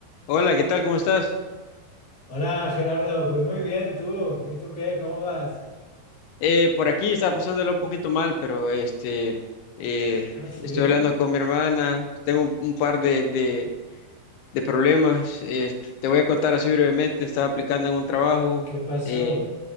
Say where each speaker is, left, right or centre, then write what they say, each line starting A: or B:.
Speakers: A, on the left; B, on the left.
A: Hola, ¿qué tal? ¿Cómo estás?
B: Hola Gerardo, pues muy bien tú. ¿Y tú qué? ¿Cómo vas?
A: Eh, por aquí estaba pasándolo un poquito mal, pero este, eh,
B: Ah, sí.
A: estoy hablando con mi hermana, tengo un, un par de, de- de problemas, eh, te voy a contar así brevemente, estaba aplicando en un trabajo
B: ¿Qué pasó?
A: eh,